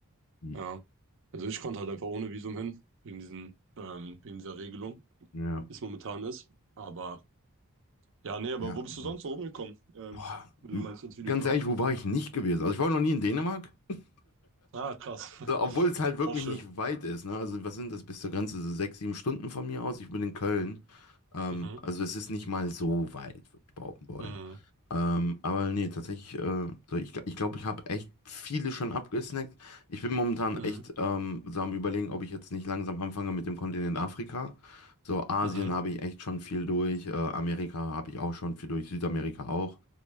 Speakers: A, on the left (about 80°); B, on the right (about 60°).
A: Hm.
B: Ja. Also ich konnte halt einfach ohne Visum hin, wegen diesen, ähm, wegen dieser Regelung,
A: Ja.
B: wie es momentan ist. Aber ja, nee, aber
A: Ja,
B: wo bist
A: äh,
B: du sonst so rumgekommen? Ähm,
A: boah,
B: wenn du meinst als Videograf.
A: ganz ehrlich, wo war ich nicht gewesen? Also ich war noch nie in Dänemark. <laughs>
B: Ah, krass. <laughs>
A: So, obwohl es halt wirklich
B: Auch schön.
A: nicht weit ist, ne? Also, was sind das bis zur Grenze? So sechs, sieben Stunden von mir aus. Ich bin in Köln. Ähm,
B: Mhm.
A: also, es ist nicht mal so weit, würde ich behaupten wollen.
B: Mhm.
A: Ähm, aber nee, tatsächlich, äh, so ich glaube, ich, glaub, ich habe echt viele schon abgesnackt. Ich bin momentan
B: Mhm.
A: echt ähm, so am Überlegen, ob ich jetzt nicht langsam anfange mit dem Kontinent Afrika. So, Asien
B: Mhm.
A: habe ich echt schon viel durch, äh, Amerika habe ich auch schon viel durch, Südamerika auch.